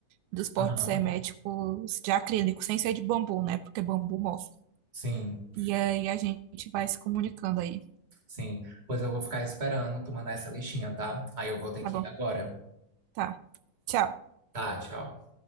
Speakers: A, on the right; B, on the right.
A: dos potes
B: Aham,
A: herméticos de acrílico, sem ser de bambu, né? Porque bambu mofa.
B: sim,
A: E aí a gente vai se comunicando aí.
B: sim. Pois eu vou ficar esperando tu mandar essa listinha, tá? Aí eu vou ter
A: Tá
B: que
A: bom?
B: ir agora.
A: Tá. Tchau.
B: Tá, tchau.